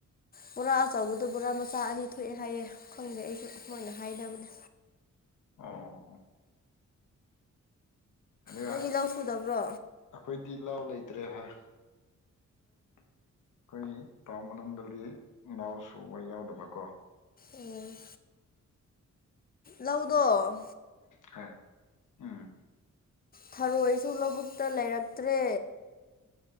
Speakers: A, on the left; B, on the left.
A: ꯕꯣꯔꯥ ꯑꯆꯕꯗ ꯕꯣꯔꯥ ꯃꯆꯥ ꯑꯅꯤ ꯊꯣꯛꯑꯦ ꯍꯥꯏꯌꯦ ꯈꯪꯗꯦ ꯑꯩꯁꯨ ꯃꯣꯏꯅ ꯍꯥꯏꯅꯕꯅꯦ
B: ꯑꯣ ꯑꯣ ꯑꯣ ꯑꯗꯨꯒ
A: ꯅꯣꯏꯗꯤ ꯂꯧ ꯁꯨꯗꯕ꯭ꯔꯣ
B: ꯑꯩꯈꯣꯏꯗꯤ ꯂꯥꯎ ꯂꯩꯇ꯭ꯔꯦ ꯍꯥꯏ ꯑꯩꯈꯣꯏꯒꯤ ꯊꯥꯎꯟ ꯃꯅꯨꯡꯗꯗꯤ ꯏꯅꯥꯎ ꯁꯨꯕ ꯌꯥꯎꯗꯕꯀꯣ
A: ꯎꯝ ꯂꯧꯗꯣꯟꯗ
B: ꯍ ꯎꯝ
A: ꯊꯔꯣꯏꯁꯨ ꯂꯧꯕꯨꯛꯇ ꯂꯩꯔꯛꯇ꯭ꯔꯦ